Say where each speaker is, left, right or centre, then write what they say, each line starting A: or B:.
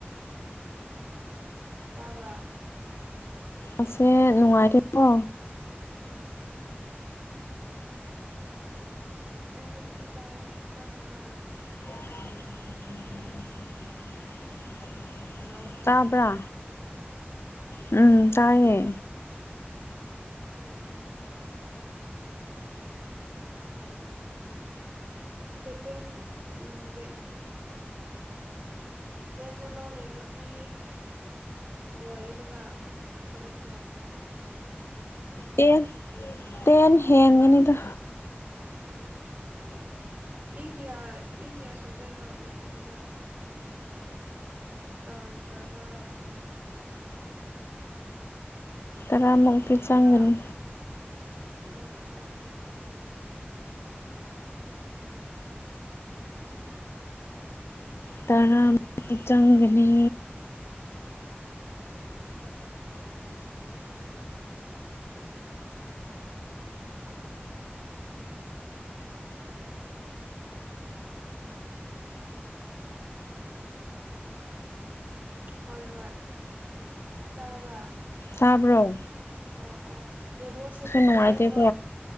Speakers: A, on the right; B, on the left.
A: ꯇꯥꯕ꯭ꯔ
B: ꯑꯁꯦ ꯅꯨꯡꯉꯥꯏꯇꯦꯀꯣ
A: ꯑꯁ ꯑꯩꯉꯣꯟꯗꯗꯤ ꯇꯥꯏꯌꯦ ꯇꯗꯕ꯭ꯔꯥ
B: <unintelligible>
A: ꯍꯂꯣ
B: ꯇꯥꯕ꯭ꯔꯥ ꯎꯝ ꯇꯥꯏꯌꯦ
A: ꯎꯝ ꯗꯦ ꯇꯦꯟ ꯗꯦꯠ ꯇꯦꯟꯗ ꯂꯧꯅꯤꯡꯉꯗꯤ ꯂꯣꯏꯔꯦꯗꯅ ꯊꯕꯛꯇꯣ
B: ꯇꯦꯟ ꯇꯦꯟ ꯍꯦꯟꯒꯅꯤꯗ
A: ꯑꯣ ꯃꯤ ꯀꯌꯥ ꯃꯤ ꯀꯌꯥ ꯁꯨꯗꯣꯏꯅꯣ ꯗꯦꯇꯦꯟꯟꯅ ꯇꯥꯡ ꯇꯔ
B: ꯇꯔꯥꯝ ꯃꯔꯛꯇꯤ
A: ꯃꯤ ꯇꯔꯥ
B: ꯆꯪꯒꯅꯤ
A: ꯎꯝ ꯎꯝ ꯎꯝ
B: ꯇꯔꯥꯃ ꯆꯪꯒꯅꯤ
A: ꯍꯣꯏ ꯍꯣꯏ ꯇꯕꯥ
B: ꯍꯥꯥꯕ꯭ꯔꯣ
A: ꯑꯣ ꯑꯣ ꯅꯦꯠꯋꯥꯛꯁꯦ ꯐꯠꯇꯦ
B: ꯅꯨꯡꯉꯥꯏꯇꯦꯀꯣ
A: ꯑꯩ ꯍ